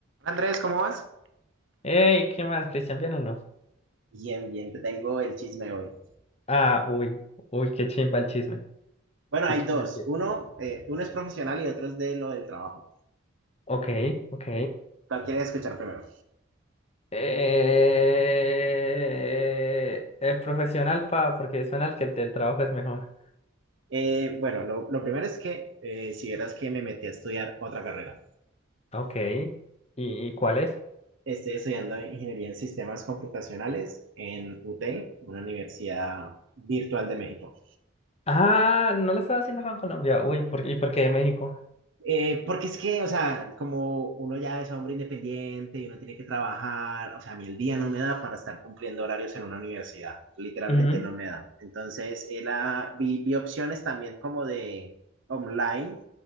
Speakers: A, on the right; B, on the left.
A: Andrés, ¿cómo vas?
B: Ey, ¿qué más? ¿Cristian Piano no?
A: Bien, bien, te tengo el chisme hoy.
B: Ah, uy, uy, qué chimba el chisme.
A: Bueno,
B: Qué
A: hay
B: chimba
A: dos.
B: el chisme.
A: Uno, eh, uno es profesional y otro es de lo del trabajo.
B: Ok, ok.
A: ¿Cuál quieres escuchar primero?
B: Eh, el profesional, pa, porque suena al que el del trabajo es mejor.
A: Eh, bueno, lo, lo primero es que eh, si vieras que me metí a estudiar otra carrera.
B: Ok. ¿Y, y cuál es?
A: Estoy estudiando ingeniería en sistemas computacionales en UTEL, una universidad virtual de México.
B: Ah, no lo estaba haciendo acá en Colombia. Uy, ¿por, qué- ¿y por qué de México?
A: Eh, porque es que, o sea, como uno ya es hombre independiente y uno tiene que trabajar, o sea, a mí el día no me da para estar cumpliendo horarios en una universidad, literalmente
B: Ujú,
A: no me da. Entonces, era, vi, vi opciones también como de online